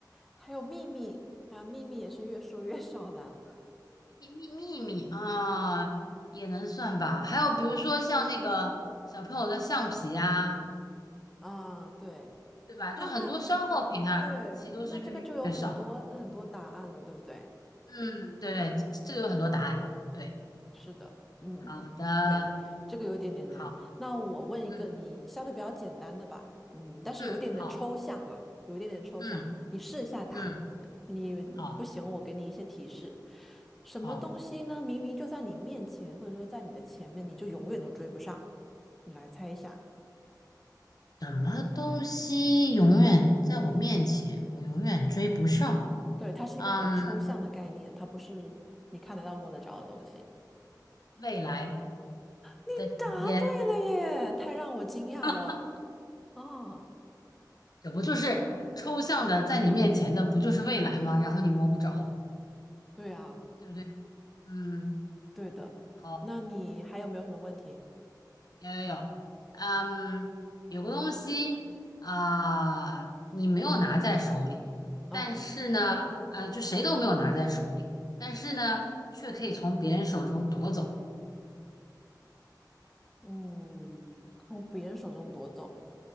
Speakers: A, in the centre; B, on the left.
A: 还有秘密，还有秘密也是越说越少的
B: <laughs> 秘秘秘密啊，也能算吧。还有比如说像那个小朋友的橡皮呀、
A: 啊。对，
B: 对吧？
A: 那那
B: 就很多消耗品啊，
A: 对，
B: 其实都是越用越少。
A: 那这个就有很多很多答案了，对不对？
B: 嗯，对对，这个有很多答案。对，
A: 是的，嗯，
B: 好的，
A: 对，这个有一点点难。
B: 好，
A: 那我问一个你相对比较简单的吧，
B: 嗯
A: 嗯，但是有一点的抽象啊，
B: 嗯，好，
A: 有一点点抽象，
B: 嗯
A: 你试一下答。
B: 嗯，
A: 你不行，
B: 好
A: 我给你一些提示。什么东西呢？
B: 好。
A: 明明就在你面前，或者说在你的前面，你就永远都追不上。你来猜一下。
B: 什么东西永远在我面前，我永远追不上？
A: 对，它是一个很抽象的概念，
B: 嗯，
A: 它不是你看得到、摸得着的东西。
B: 未来
A: 你答对了耶，
B: 的时间，
A: 太让我惊讶了
B: <laughs>
A: 啊！
B: 这不就是抽象的在你面前的，不就是未来吗？然后你摸不着，
A: 对啊，
B: 对不对？嗯，
A: 对的。
B: 好，
A: 那你还有没有什么问题？
B: 有有有，嗯，有个东西啊，你没有拿在手里，
A: 嗯
B: 但是呢，呃，就谁都没有拿在手里，但是呢，却可以从别人手中夺走，
A: 嗯，从别人手中夺走